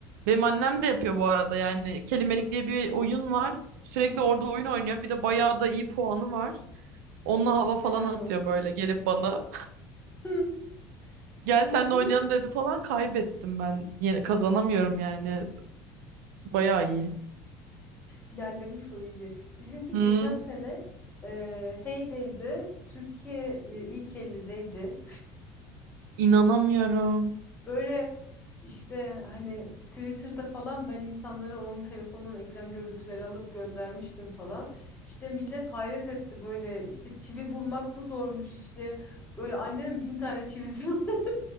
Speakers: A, on the right (about 85°); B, on the left (about 20°).
A: Benim annem de yapıyor bu arada. Yani Kelimelik diye bir oyun var. Sürekli
B: <laughs>
A: orada oyun oynuyor. Bir de bayağı da iyi puanı var. Onunla
B: Ama
A: hava falan
B: helal
A: atıyor
B: olsun.
A: böyle gelip bana.
B: Hı,
A: <laughs>
B: Bizimki
A: Gel senle oynayalım dedi falan kaybettim ben. Yine kazanamıyorum yani. Bayağı iyi.
B: ilerlemiş o iyice. Bizimki
A: Hı,
B: geçen sene e, Hey'deydi. Türkiye e, ilk 50'deydi.
A: inanamıyorum.
B: Böyle işte hani Twitter'da falan ben insanlara onun telefonunun ekran görüntüleri alıp göndermiştim falan. İşte millet hayret etti böyle işte çivi bulmak mı zormuş işte böyle annemin bin tane çivisi var. <laughs>